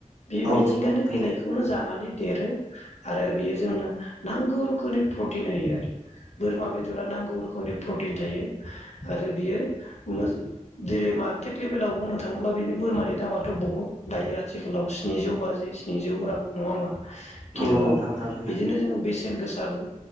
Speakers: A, on the left (about 60°); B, on the right (about 65°).
A: बे
B: औ
A: मिथिंगानि
B: नंगौ नोंथां
A: बिलाइखौनो जानानै देरो आरो बेयो जोंनो नांगौ रोखोमनि प्रटिन होयो आरो बोरमा बेदरा नांगौ रोखोमनि प्रटिन थायो आरो बियो मोज जेरै मार्केट लेभेलाव बुंनो थाङोब्ला बिनि बोरमानि दामाथ' बहुद दायो आथिखालाव स्निजौ बाजि स्निजौ रां नङा होमबा
B: नंगौ
A: किल'आव
B: नोंथां थारैनो
A: बिदिनो जोङो बेसे बेसेन गोसाबो